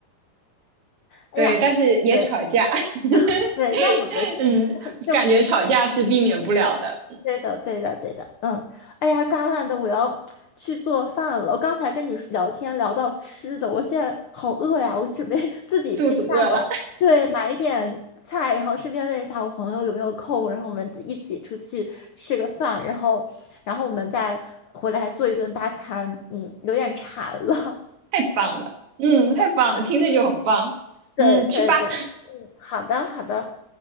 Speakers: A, on the left; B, on the right.
A: 哎呀。
B: 对，但是也吵架，
A: 对。
B: <laughs>
A: 对，那我觉得这种是很正常。
B: 嗯，感觉吵架是避免不了的。
A: 对的，对的，对的，嗯，哎呀，嘎烂的，我要去做饭了。我刚才跟你说聊天聊到吃的，我现在好饿呀，我准备 <laughs> 自己去下楼，
B: 肚子饿了，
A: 对，买一点菜，然后顺便问一下我朋友有没有空，然后我们一起出去吃个饭，然后，然后我们再回来做一顿大餐。嗯，有点馋了。
B: <laughs> 太棒了，嗯，太棒了，
A: <laughs>
B: 听着就很棒，
A: 对对对，
B: 嗯，去吧。
A: 嗯，好的好的。